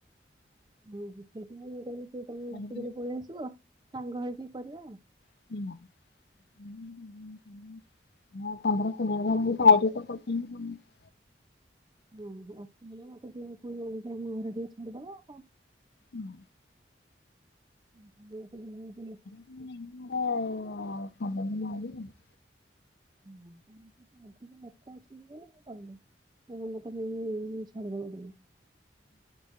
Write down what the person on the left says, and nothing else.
ହଁ
<unintelligible> <unintelligible>
ହୁଁ
<unintelligible>